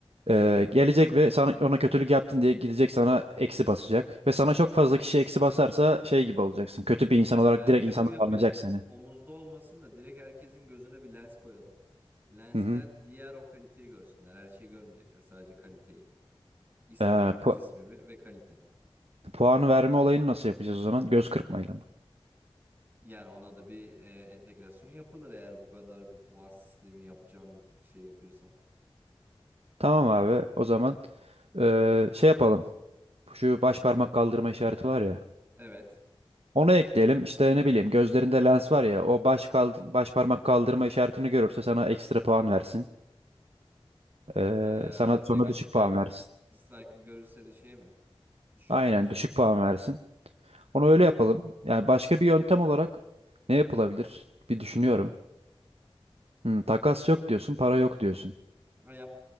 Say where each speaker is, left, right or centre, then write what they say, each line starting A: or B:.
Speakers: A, on the right (about 75°); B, on the right (about 15°).
A: Ee, gelecek ve sana ona kötülük yaptın diye gidecek sana eksi basacak. Ve sana çok fazla kişi eksi basarsa şey gibi olacaksın. Kötü bir insan olarak
B: Bence
A: direkt insanlar
B: bu yapı
A: anlayacak seni.
B: omuzda olmasın da direkt herkesin gözüne bir lens koyalım. Lensten
A: Hı hı.
B: diğer o kaliteyi görsünler. Her şeyi görmeyecekler sadece kaliteyi. İsmimi,
A: Ee,
B: cismimi
A: pu-
B: ve kalitemi.
A: puan verme olayını nasıl yapacağız o zaman? Göz kırpmayla mı?
B: Yani ona da bir e, entegrasyon yapılır eğer bu kadar bir puan sistemi yapacağım bir şey yapıyorsam.
A: Tamam abi o zaman ee, şey yapalım. Şu baş parmak kaldırma işareti var ya.
B: Evet.
A: Onu ekleyelim. İşte ne bileyim gözlerinde lens var ya. O baş, kald baş parmak kaldırma işaretini görürse sana ekstra puan versin. Ee,
B: Ee,
A: sana sonra
B: negatif
A: düşük
B: yani
A: puan versin.
B: dislike'ı görürse de şey mi? Düşük
A: Aynen
B: mü olsun?
A: düşük puan versin. Onu öyle yapalım. Yani başka bir yöntem olarak ne yapılabilir? Bir düşünüyorum. Hmm, takas yok diyorsun, para yok diyorsun.
B: Yani